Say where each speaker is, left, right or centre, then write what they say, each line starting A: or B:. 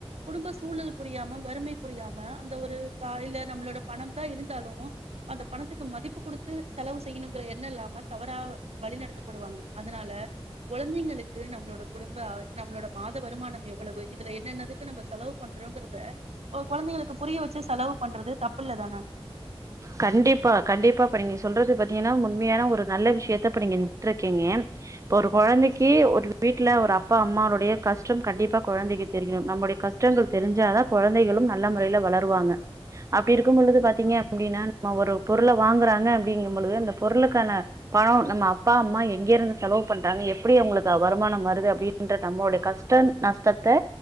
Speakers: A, on the right; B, on the right.
A: குடும்ப சூழல் புரியாம வறுமை புரியாம அந்த ஒரு கா இல்ல நம்மளோட பணம் தான் இருந்தாலும் அந்த பணத்துக்கு மதிப்பு குடுத்து செலவு செய்யணுங்கிற எண்ணம் இல்லாம தவறா வழிநடத்தப்படுவாங்க அதனால கொழந்தைங்களுக்கு நம்மளோட குடும்ப நம்மளோட மாத வருமான எவ்வளவு இதுல என்னென்னதுக்கு நம்ம செலவு பண்றோங்கறத கொழந்தைங்களுக்கு புரிய வச்சு செலவு பண்றது தப்புலதான
B: கண்டிப்பா கண்டிப்பா இப்ப நீங்க சொல்றது பாத்தீங்கன்னா உண்மையான ஒரு நல்ல விஷியத்த இப்ப நீங்க <unintelligible> இருக்கீங்க இப்ப ஒரு கொழந்தைக்கி ஒரு வீட்டுல ஒரு அப்பா அம்மானுடைய கஷ்ட கண்டிப்பா கொழந்தைக்கு தெரியிணு நம்மளுடைய கஷ்டங்கள் தெரிஞ்சாதா கொழந்தைகளு நல்ல முறையில வளருவாங்க அப்டி இருக்கு பொழுது பாத்தீங்க அப்டின்னா நம்ம ஒரு பொருள வாங்குறாங்க அப்டிங்கும் பொழுது அந்த பொருளுக்கான பணம் நம்ம அப்பா அம்மா எங்க இருந்து செலவு பண்றாங்க எப்டி அவுங்குளுக்கு வருமானம் வருது அப்டின்ற நம்மளுடைய கஷ்ட நஷ்டத்த